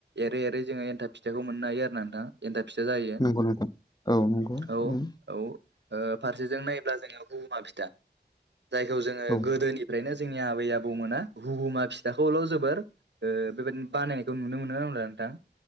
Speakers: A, on the right (about 80°); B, on the left (about 25°).
A: एरै एरै जोङो एन्थाब फिथाइखौ मोननो हायो आरो ना नोंथां। एन्थाब फिथा जायो
B: नंगौ नोंथां औ नंगौ थारैनो,
A: औ औ फारसेजों नाय्ला जों बमा फिथा जायखौ जोङो
B: औ
A: गोदोनिफ्रायनो जोंनि आबै आबौमोना हुगुमा फिथाखौल' जोबोर बेबायदिनो बानायनायखौ नुनो मोनो नंला नोंथां